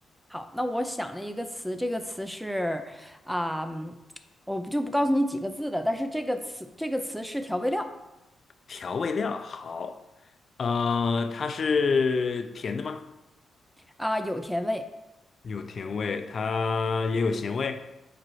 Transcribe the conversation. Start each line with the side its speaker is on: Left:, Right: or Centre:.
Centre: 好，那我想了一个词，这个词是啊、嗯我不就不告诉你几个字的，但是这个词这个词是调味料
Left: 调味料，好，呃，它是甜的吗？
Centre: 啊、有甜味
Left: 有甜味，它也有咸味，